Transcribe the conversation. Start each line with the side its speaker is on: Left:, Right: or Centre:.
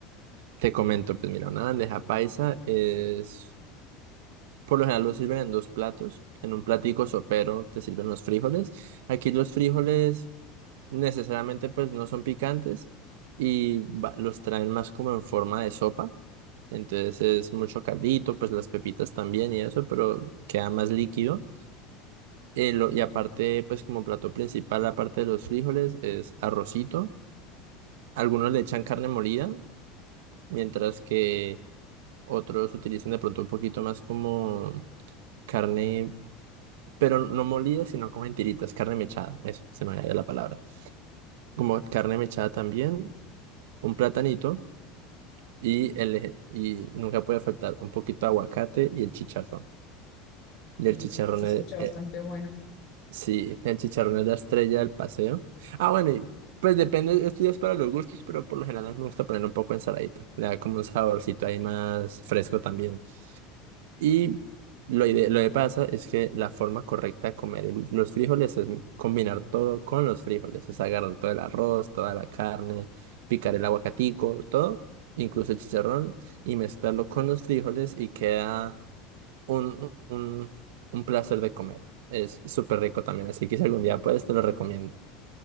Right: Te comento, pues mira, una bandeja paisa es, por lo general lo sirven en dos platos. En un platico sopero te sirven los frijoles. Aquí los frijoles necesariamente pues no son picantes y va- los traen más como en forma de sopa. Entonces es mucho caldito, pues las pepitas también y eso, pero queda más líquido. Eh, lo- y aparte, pues como plato principal, aparte de los frijoles, es arrocito. Algunos le echan carne molida, mientras que otros utilizan de pronto un poquito más como carne, pero no molida, sino como en tiritas, carne mechada, eso se me había ido la palabra. Como carne mechada también, un platanito. Y, el, y nunca puede faltar un poquito de aguacate y el chicharrón. Y
Left: oye,
Right: el chicharrón
Left: se, se escucha
Right: es,
Left: bastante
Right: eh,
Left: bueno.
Right: sí, el chicharrón es la estrella del paseo. Ah, bueno, y pues depende, esto ya es para los gustos, pero por lo general me gusta poner un poco de ensaladita. Le da como un saborcito ahí más fresco también. Y lo ide- lo que pasa es que la forma correcta de comer el- los frijoles es combinar todo con los frijoles. Es agarrar todo el arroz, toda la carne, picar el aguacatico, todo, incluso el chicharrón, y mezclarlo con los frijoles y queda un, un, un placer de comer. Es súper rico también, así que si algún día puedes, te lo recomiendo.